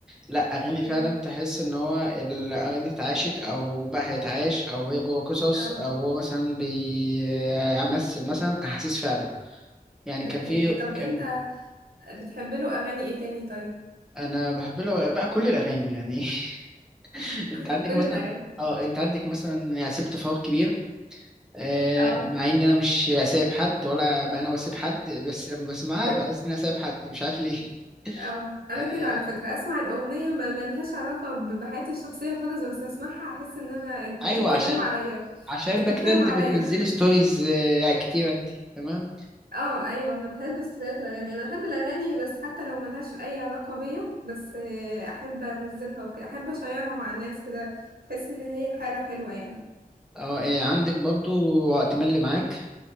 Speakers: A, in the centre; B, on the right.
A: لا اغاني
B: مم.
A: فعلا تحس ان هو الاغاني دي اتعاشت او بقى هيتعاش او هي جوه قصص
B: اه
A: او هو مثلا بيمثل مثلا احاسيس فعلا يعني
B: ده
A: كان
B: حقيقي
A: في
B: طب
A: كان
B: انت بتحب له اغاني ايه تاني طيب
A: انا بحب له بقى كل الاغاني يعني <laughs>
B: <laughs>
A: انت
B: كل
A: عندك
B: كل
A: مثلا
B: الاغاني
A: اه انت عندك مثلا يعني سبت فراغ كبير آه،
B: اه
A: مع ان انا مش سايب حد ولا انا واسيب حد بس لما بسمعها
B: <laughs>
A: بحس ان انا سايب حد مش عارف ليه
B: اه انا
A: آه،
B: كده على فكره اسمع الاغنيه ما ملهاش علاقه ب- بحياتي الشخصيه خالص بس اسمعها احس ان انا انتوا
A: ايوه
B: بتتكلموا
A: عشان
B: عليا
A: عشان
B: انتوا
A: بقى كده
B: بترموا
A: انت
B: عليا
A: بتنزلي ستوريز آه، يعني كتير انت تمام
B: <laughs> اه ايوه انا بحب ستوريات الاغاني انا بحب الاغاني بس حتى لو ملهاش اي علاقه بيا بس آه، احب انزلها وكده احب اشيرها مع الناس كده تحس ان هي حاله حلوه يعني
A: اه آه، عندك برضو وقت ملي معاك